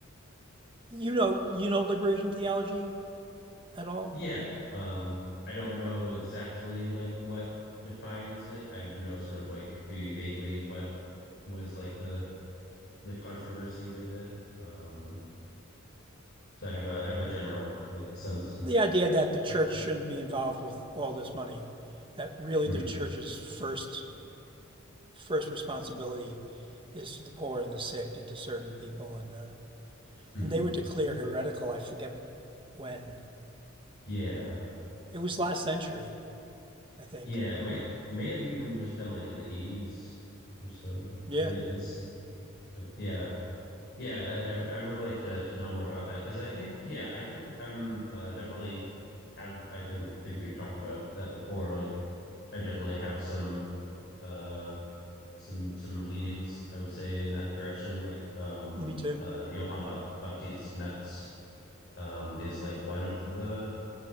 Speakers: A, on the right (about 25°); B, on the left (about 55°).
A: you know, you know liberation theology at all?
B: Yeah, um, I don't know exactly like what defines it. I know sort of like maybe vaguely what was like the the controversy with it. Um, so I have a I have a general like sense of.
A: the idea that the church
B: So.
A: shouldn't be involved with all this money, that really
B: Mhm,
A: the church's first first responsibility is to the poor and the sick and to serving people and uh,
B: mhm.
A: and they were declared heretical. I forget when
B: Yeah,
A: it was last century, I think.
B: yeah. It may may have even just been like in the 80s or so
A: Yeah,
B: because it's yeah. Yeah, that, I, I would like to to know more about that because I think yeah, I think I'm uh, definitely have I think think we've talked about that before. Like I definitely have some uh some some leanings I would say in that direction. Like um
A: me too.
B: uh Johann Bap- Baptist Metz um is like one of the